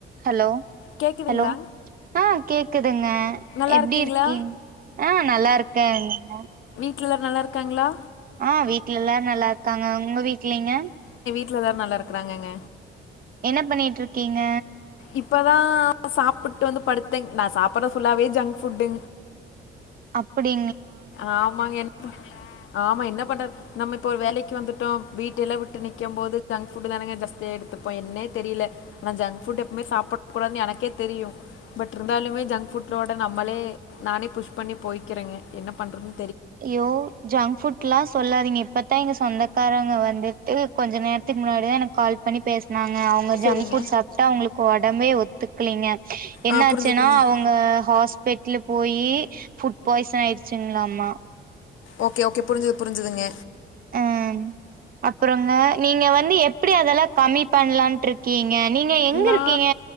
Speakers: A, on the right (about 45°); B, on the left (about 80°).
A: hello
B: கேக்குதுங்களா
A: Hello ஆ கேக்குதுங்க
B: நல்லா
A: எப்டி
B: இருக்கீங்களா
A: இருக்கீங் ஆ நல்லா இருக்கேன்ங்க
B: வீட்ல நல்லா இருக்காங்களா
A: ஆ வீட்ல எல்லாரும் நல்லா இருக்காங்க உங்க வீட் லங்க
B: ட்டுல எல்லாரும் நல்லா இருக்கறாங்கங்க
A: என்ன பண்ணிட்டு இருக்கீங்க
B: இப்பதான் சாப்புட்டு வந்து படுத்தே நா சாப்புறது ஃபுல்லாவே ஜங்க் ஃபுட்டு
A: அப்டி
B: ஆமாங்க ஆமா என்ன பண்றது நம்ம ஒரு வேலைக்கு வந்துட்டோம் வீட்டெல்லாம் விட்டு நிக்கும் போது ஜங்க் ஃபுட்டு தானேங்க ஜாஸ்தியாக எடுத்துப்போம் என்னே தெரில ஜங்க் ஃபுட் எப்பவுமே சாப்பிடக்கூடாது எனக்கே தெரியும் பட் இருந்தாலுமே ஜங்க் ஃபுட்டோட நம்மளே நானே புஷ் பண்ணி போய்க்கிறேங்க என்ன பண்ணுறது
A: யோ ஜங்க் ஃபுட்ல்லா சொல்லாதீங்க இப்பத்தான் எங்க சொந்தக்காரங்க வந்துட்டு கொஞ்ச நேரத்துக்கு முன்னாடி தா எனக்கு கால் பண்ணி பேசு னாங்க அவங்க
B: செரிங்க
A: ஜங்க் ஃபுட் சாப்பிட்டு அவுங்களுக்கு ஒட ம்பே ஒத்துக்கீலிங்க என்ன
B: ஆ புரிஞ்சுது
A: ஆச்சுன்னா
B: புரிஞ்சுது
A: அவுங்க ஹாஸ் பெட்ல போயி ஃபுட் பாய்சன் ஆயிடுச்சுங்களாமா
B: ஓகே ஓகே புரிஞ்சுது புரிஞ்சுதுங்க
A: ஆ அப்புறங்க நீங்க வந்து எப்டி அதெல்லாம் கம்மி பண்ணலான்ட்டு இருக்கீங் க நீங்க எங்க
B: நா
A: இருக்கீங்க